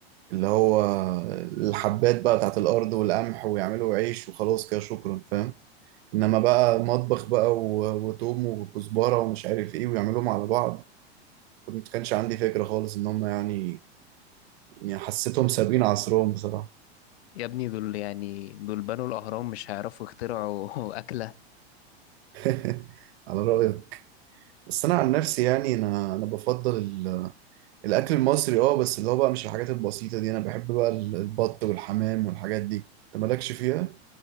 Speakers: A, on the right; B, on the left.
A: اللي هو الحبات بقى بتاعت الأرض والقمح ويعملوا عيش وخلاص كده شكرا فاهم إنما بقى مطبخ بقى و- وتوم وكزبرة ومش عارف إيه ويعملوهم على بعض كنت كانش عندي فكرة خالص إن هم يعني يعني حسيتهم سابقين عصرهم بصراحة
B: يا ابني دول يعني دول بنوا الأهرام مش هيعرفوا يخترعوا <laughs> أكلة
A: <laughs> على رأيك بس أنا عن نفسي يعني أنا أنا بفضل ال- الأكل المصري أه بس اللي هو بقى مش الحاجات البسيطة دي أنا بحب بقى ال- البط والحمام والحاجات دي أنت مالكش فيها؟